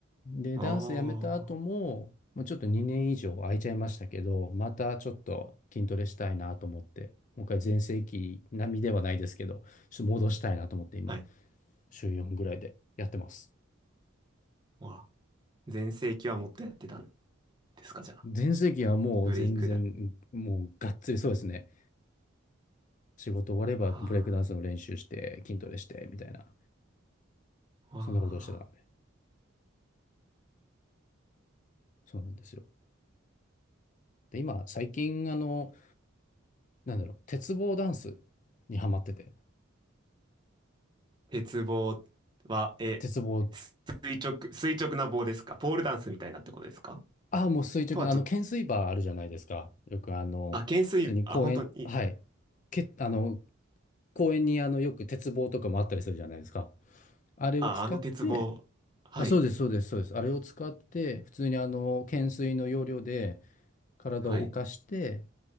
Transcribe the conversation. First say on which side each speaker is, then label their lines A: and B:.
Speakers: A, on the left; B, on the right.
A: で、
B: ああ、
A: ダンスやめた後も、もうちょっと2年以上空いちゃいましたけど、またちょっと筋トレしたいなと思って、もう一回全盛期並みではないですけど、ちょっと戻したいなと思って今、
B: はい。
A: 週4ぐらいでやってます。
B: わ、全盛期はもっとやってたんですか、じゃあ。
A: 全盛期はもう全然、
B: ブレイクだ。
A: もうがっつりそうですね。仕事終わればブレイクダンスの練習して筋トレしてみたいな、
B: はあ、わ
A: そんなことをしてたので、
B: あ。
A: そうなんですよ。で、今、最近、あの、なんだろう、鉄棒ダンスにハマってて、
B: 鉄棒は、え、
A: 鉄棒、
B: す垂直、垂直な棒ですかポールダンスみたいなってことですか
A: ああ、もう垂直な、
B: とはちょっと、
A: あの、懸垂バーあるじゃないですか。よく、あの、
B: あ、懸垂、
A: 普通に公園、
B: あ、本当に、
A: はい、け、あの、公園に、あの、よく鉄棒とかもあったりするじゃないですか。あれを使って、
B: あ、あの鉄棒。はい、
A: あ、そうです、そうです、そうです。あれを使って、普通にあの、懸垂の要領で体を浮かして、
B: はい。